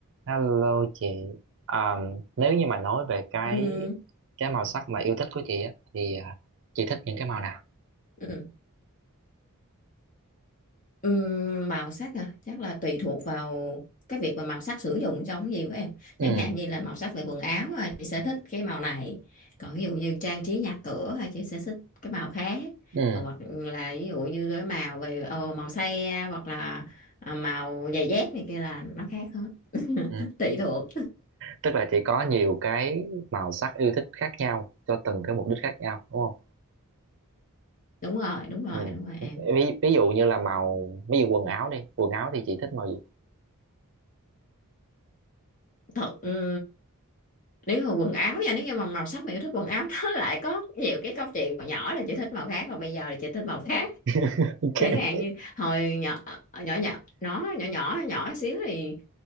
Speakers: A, on the right; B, on the left.
A: Hello chị À, nếu như mà nói về cái
B: Ừ,
A: cái màu sắc mà yêu thích của chị á thì à, chị thích những cái màu nào
B: ừ. Ừ, màu sắc à chắc là tùy thuộc vào cái việc mà màu sắc sử dụng trong cái gì của em
A: ừ
B: chẳng hạn như là màu sắc về quần áo à, chị sẽ thích cái màu này còn ví dụ như trang trí nhà cửa à, chị sẽ thích cái màu khác
A: ừ
B: còn hoặc là ví dụ như cái màu về ờ, màu xe hoặc là à, màu giày dép này kia là nó khác hết
A: ừ
B: <laughs> tùy thuộc
A: tức là chị có nhiều cái màu sắc yêu thích khác nhau cho từng cái mục đích khác nhau đúng không
B: đúng rồi đúng rồi
A: ừ
B: đúng rồi em
A: ví, ví dụ như là màu ví dụ quần áo đi quần áo thì chị thích màu gì
B: thật ừ, nếu mà quần áo nha nếu như mà màu sắc mà yêu thích quần áo <laughs> nó lại có nhiều cái câu chuyện hồi nhỏ là chị thích màu khác và bây giờ là chị thích màu khác
A: <laughs>
B: chẳng
A: ok
B: hạn như hồi nhỏ ờ, nhỏ nhỏ nó nhỏ nhỏ nhỏ xíu thì,